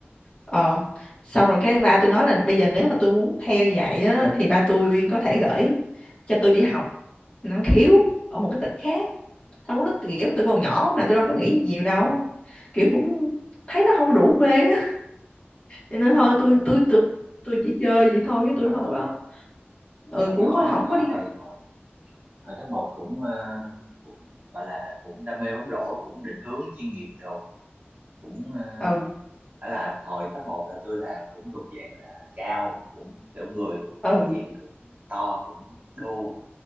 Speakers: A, on the left; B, on the right.
A: ờ xong rồi cái ba tôi nói là bây giờ nếu mà tôi muốn theo như vậy á thì ba tôi có thể gửi cho tôi đi học năng khiếu ở một cái tỉnh khác tao lúc đó
B: Ừ.
A: kiểu tụi còn nhỏ mà tôi đâu có nghĩ gì nhiều đâu kiểu cũng thấy nó không có đủ mê á cho nên
B: ừ
A: thôi
B: vậy
A: tôi
B: cũng
A: tôi
B: ừ,
A: tôi tôi chỉ chơi
B: cũng,
A: vậy thôi chứ
B: cũng
A: tôi
B: giống
A: không
B: tôi
A: có ừ
B: hồi
A: cũng
B: nhỏ
A: có
B: hồi
A: không
B: nhỏ
A: có đi
B: tôi hồi hồi cấp 1 cũng ờ, cũng gọi là cũng đam mê bóng rổ cũng định hướng chuyên nghiệp đồ cũng ờ,
A: ừ
B: Đó là hồi cấp một là tôi là cũng thuộc dạng là cao cũng kiểu người cũng
A: ừ
B: dạng cũng to cũng đô